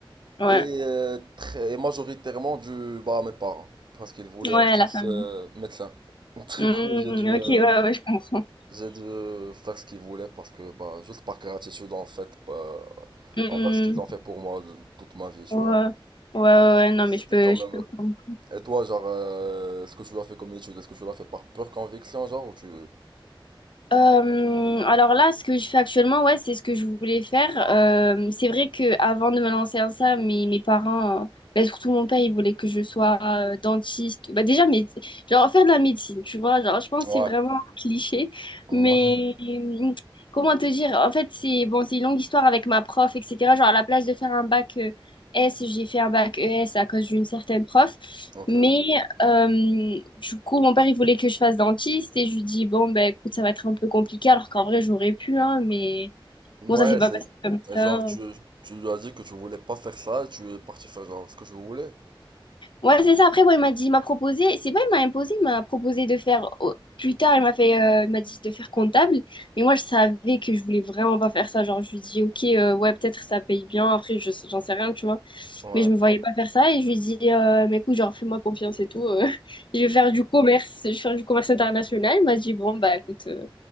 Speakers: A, on the left (about 60°); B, on the right (about 55°).
A: Ouais,
B: Et euh, très majoritairement dû bah, à mes parents, parce qu'ils voulaient
A: ouais,
B: un fils
A: la famille.
B: euh, médecin. <laughs>
A: Hmm,
B: Du coup, j'ai dû, euh,
A: ok, ouais, ouais, je comprends.
B: J'ai dû faire ce qu'ils voulaient parce que, bah, juste par gratitude en fait, bah,
A: Hmm,
B: envers ce qu'ils ont fait pour moi de- toute ma vie, tu
A: Ouais, ouais,
B: vois.
A: ouais, ouais, non,
B: C'était
A: mais je peux,
B: quand même.
A: je peux comprendre.
B: euh, Et toi, genre, euh, ce que tu as fait comme étude, est-ce que tu l'as fait par pure conviction, genre, ou tu.
A: Euh, alors là, ce que je fais actuellement, ouais, c'est ce que je voulais faire. Euh, c'est vrai que avant de me lancer en ça, mes, mes parents, euh, ben, surtout mon père, il voulait que je sois euh, dentiste. Bah, déjà, mais, genre faire de la médecine, tu vois. Genre, je pense
B: Ouais.
A: que c'est vraiment un cliché.
B: Ouais.
A: Mais hum, comment te dire? En fait, c'est bon, c'est une longue histoire avec ma prof, etc. Genre, à la place de faire un bac euh, S, j'ai fait un bac ES à cause d'une certaine prof.
B: Ok.
A: Mais euh, du coup, mon père, il voulait que je fasse dentiste et je lui dis, bon, ben écoute, ça va être un peu compliqué, alors qu'en vrai, j'aurais pu, hein, mais
B: Ouais,
A: bon, ça s'est pas
B: c'est.
A: passé comme
B: et
A: ça.
B: genre, tu, tu lui as dit que tu voulais pas faire ça et tu es parti faire, genre, ce que tu voulais.
A: Ouais, c'est ça. Après, bon, il m'a dit, il m'a proposé, c'est pas il m'a imposé, il m'a proposé de faire, au- plus tard, il m'a fait, euh, il m'a dit de faire comptable. Mais moi, je savais que je voulais vraiment pas faire ça. Genre, je lui dis, ok, euh, ouais, peut-être ça paye bien. Après, je sais- j'en sais rien, tu vois.
B: Ouais.
A: Mais je me voyais pas faire ça. Et je lui dis, euh, mais écoute, genre, fais-moi confiance et tout. euh, <laughs> je vais faire du commerce, je vais faire du commerce international. Il m'a dit, bon, bah, écoute, euh,